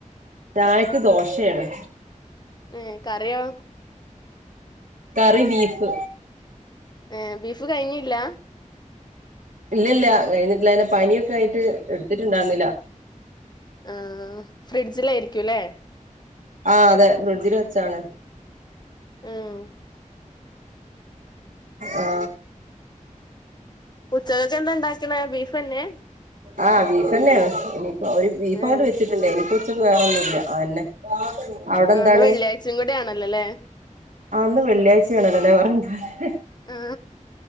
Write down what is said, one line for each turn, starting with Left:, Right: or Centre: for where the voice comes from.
Right: ചായക്ക് ദോശയാണ്
Left: ഏ കറിയോ
Right: കറി ബീപ്പ്
Left: ഏ ബീഫ് കഴിഞ്ഞില്ല
Right: ഇല്ല ഇല്ല കഴിഞ്ഞിട്ടില്ല അയ്ന് പനിയൊക്കെ ആയിട്ട് എടുത്തിട്ടുണ്ടായിരുന്നില്ല
Left: ആഹ് ഫ്രിഡ്ജിലയിരുക്കുല്ലേ
Right: ആഹ് അതെ ബ്രിഡ്ജിൽ വെച്ചാണ്
Left: ഉം
Right: ആ
Left: ഉച്ചകൊക്കെ എന്താ ഉണ്ടാക്ക്ണെ ബീഫ്ന്നെ
Right: ആഹ് ബീഫ് തന്നെയാണ് ഇനിയിപ്പോ ഒരു ബീഫ്
Left: ഏഹ്
Right: അങ്ങോണ്ട് വെച്ചിട്ടുണ്ടേ ഇനിപ്പോ ഉ വേറൊന്നുല്ല ആ എന്നെ അവിടെ
Left: ആഹ്
Right: എന്താണ്
Left: ഇന്ന് വെള്ളിയാഴ്ചയും കൂടി ആണല്ലോല്ലേ
Right: ആഇന്ന് വെള്ളിയാഴ്ചയാണല്ലോല്ലേ പറഞ്ഞ അ
Left: ആ